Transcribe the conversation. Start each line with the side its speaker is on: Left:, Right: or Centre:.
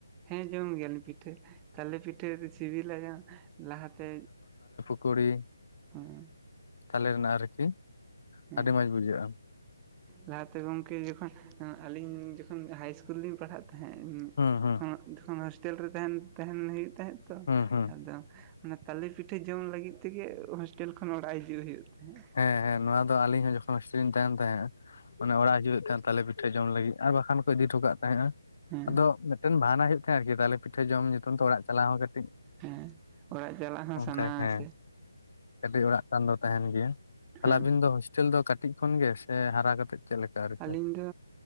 Right: ᱦᱮᱸ ᱡᱚᱢ ᱜᱮᱭᱟᱞᱤᱧ ᱯᱤᱴᱷᱟᱹ ᱛᱟᱦᱚᱞᱮ ᱯᱤᱴᱷᱟᱹ ᱨᱮ ᱥᱤᱵᱤᱞᱟ ᱞᱟᱦᱟᱛᱮ
Left: ᱠᱩᱲᱤ
Right: ᱦᱩᱸ
Left: ᱛᱟᱞᱮ ᱨᱮᱱᱟᱜ ᱟᱨᱠᱤ
Right: ᱦᱮᱸ
Left: ᱟᱹᱰᱤ ᱢᱚᱡᱽ ᱵᱩᱡᱷᱟᱹᱜᱼᱟ
Right: ᱞᱟᱦᱟᱛᱮ ᱜᱚᱝᱠᱮ ᱡᱚᱠᱷᱚᱱ ᱟᱹᱞᱤᱧ ᱡᱚᱠᱷᱚᱱ ᱦᱟᱭ ᱤᱥᱠᱩᱞ ᱨᱮᱞᱤᱧ ᱯᱟᱲᱦᱟᱜ ᱛᱟᱦᱮᱸ
Left: ᱦᱩᱸ ᱦᱩᱸ
Right: ᱛᱚᱠᱷᱚᱱ ᱦᱳᱥᱴᱮᱞ ᱨᱮ ᱛᱟᱦᱮᱱ ᱛᱟᱦᱮᱱ ᱦᱩᱭᱩᱜ ᱛᱟᱦᱮᱸᱜ ᱛᱚ
Left: ᱦᱩᱸ ᱦᱩᱸ
Right: ᱟᱫᱚ ᱚᱱᱟ ᱛᱟᱞᱮ ᱯᱤᱴᱷᱟᱹ ᱡᱚᱢ ᱞᱟᱹᱜᱤᱫ ᱛᱮᱜᱮ ᱦᱳᱥᱴᱮᱞ ᱠᱷᱚᱱ ᱚᱲᱟᱜ ᱦᱤᱡᱩᱜ ᱦᱩᱭᱩᱜ ᱛᱟᱦᱮᱸ
Left: ᱦᱮᱸ ᱦᱮᱸ ᱱᱚᱣᱟ ᱫᱚ ᱟᱹᱞᱤᱧ ᱦᱚᱸ ᱡᱚᱠᱷᱚᱱ ᱦᱳᱥᱴᱮᱞ ᱞᱤᱧ ᱛᱟᱦᱮᱱ ᱛᱟᱦᱮᱸ ᱚᱲᱟᱜ ᱦᱤᱡᱩᱜ ᱛᱟᱦᱮᱸ ᱛᱟᱞᱮ ᱯᱤᱴᱷᱟᱹ ᱡᱚᱢ ᱞᱟᱹᱜᱤᱫ ᱟᱨ ᱵᱟᱠᱷᱟᱱ ᱠᱚ ᱤᱫᱤ ᱦᱚᱴᱚ ᱠᱟᱜ ᱛᱟᱦᱮᱸᱜᱼᱟ
Right: ᱦᱮᱸ
Left: ᱟᱫᱚ ᱵᱟᱦᱟᱱᱟ ᱦᱩᱭᱩᱜ ᱛᱟᱦᱮᱸ ᱟᱨᱠᱤ ᱛᱟᱞᱮ ᱯᱤᱴᱷᱟᱹ ᱡᱚᱢ ᱧᱩᱛᱩᱢ ᱛᱮ ᱚᱲᱟᱜ ᱪᱟᱞᱟᱣ ᱠᱟᱹᱴᱤᱡ
Right: ᱦᱮᱸ ᱚᱲᱟᱜ ᱪᱟᱞᱟᱜ ᱦᱚᱸ
Left: ᱚᱱᱠᱟ
Right: ᱥᱟᱱᱟᱣᱟ
Left: ᱦᱮᱸ᱾
Right: ᱥᱮ
Left: ᱠᱟᱹᱴᱤᱡ ᱚᱲᱟᱜ ᱴᱟᱱ ᱫᱚ ᱛᱟᱦᱮᱱ ᱜᱮᱭᱟ ᱛᱟᱦᱚᱞᱮ
Right: ᱦᱮᱸ
Left: ᱟᱵᱤᱱ ᱫᱚ ᱦᱳᱥᱴᱮᱞ ᱫᱚ ᱠᱟᱹᱴᱤᱡ ᱠᱷᱚᱱ ᱜᱮ ᱥᱮ ᱦᱟᱨᱟ ᱠᱟᱛᱮᱜ ᱪᱮᱫ ᱞᱮᱠᱟ? ᱟᱨᱠᱤ
Right: ᱟᱹᱞᱤᱧ ᱫᱚ